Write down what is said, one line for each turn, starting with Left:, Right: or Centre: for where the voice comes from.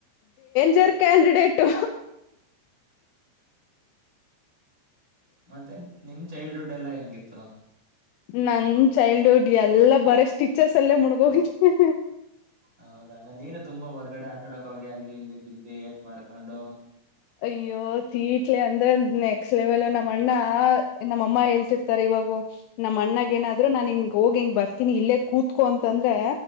Left: ಜರ್ ಕ್ಯಾಂಡಿಡೇಟು
Right: ಮತ್ತೆ ನಿಮ್ ಚೈಲ್ಡ್ಹುಡ್ ಎಲ್ಲ ಹೆಂಗಿತ್ತು
Left: ನನ್ ಚೈಲ್ಡ್ಹುಡ್ ಎಲ್ಲಾ ಬರ ಸ್ಟಿಚರ್ಸ್ ಅಲ್ಲೇ ಮುಣಗ ಹೋಗಿದನಿ
Right: ಹೌದಂಗ ನೀನು ತುಂಬಾ ಹೊರ್ಗಡೆ ಆ ಡಕ್ ಹೋಗಿ ಅಲ್ಲಿ ಇಲ್ಲಿ ಬಿದ್ದಿ ಏಟ್ ಮಾಡ್ಕೊಂಡು
Left: ಅಯ್ಯೋತ್ ಇಟ್ಲಿ ಅಂದ್ರ ಅಂದ್ ನೆ ಲೆವೆಲ್ ನಮ್ಮ ಅಣ್ಣ ನಮ್ಮ ಅಮ್ಮ ಹೇಳ್ತಿರ್ತಾರೆ ಇವಾಗ ನಮ್ಮ ಅಣ್ಣಗ ಏನಾದ್ರು ನಾನ್ ಹಿಂಗ ಹೋಗಿ ಬರ್ತನಿ ಇಲ್ಲೇ ಕೂತ್ಕೊ ಅಂತಂದ್ರೆ